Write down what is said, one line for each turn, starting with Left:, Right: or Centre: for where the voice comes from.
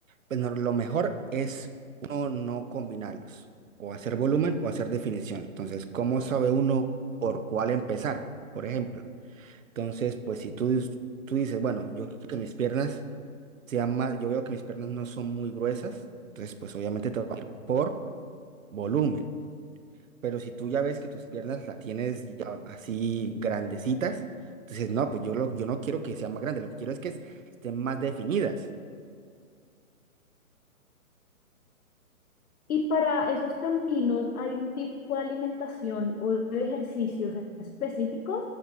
Right: Bueno, lo mejor es uno no combinarlos, o hacer volumen o hacer definición. Entonces, ¿cómo sabe uno por cuál empezar? Por ejemplo. Entonces, pues si tú, dis- tú dices, bueno, yo quiero que mis piernas sean más, yo veo que mis piernas no son muy gruesas, entonces pues obviamente te va a ir por volumen. Pero si tú ya ves que tus piernas la tienes ya así grandecitas, entonces no, pues yo, lo, yo no quiero que sean más grandes, lo que quiero es que estén más definidas.
Left: Y para esos caminos, ¿hay un tipo de alimentación o de ejercicios específicos?